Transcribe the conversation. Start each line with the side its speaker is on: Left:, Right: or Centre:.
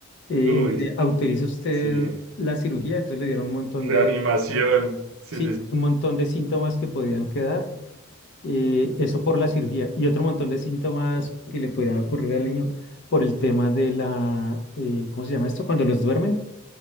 Left: eh,
Right: Uy,
Left: mire, autoriza usted
Right: sí.
Left: la cirugía, entonces le dieron un montón
Right: Reanimación.
Left: de,
Right: Sí,
Left: sí,
Right: sí, sí.
Left: un montón de síntomas que podían quedar, eh, eso por la cirugía, y otro montón de síntomas que le podían ocurrir al niño por el tema de la, eh, ¿cómo se llama esto? Cuando los duermen.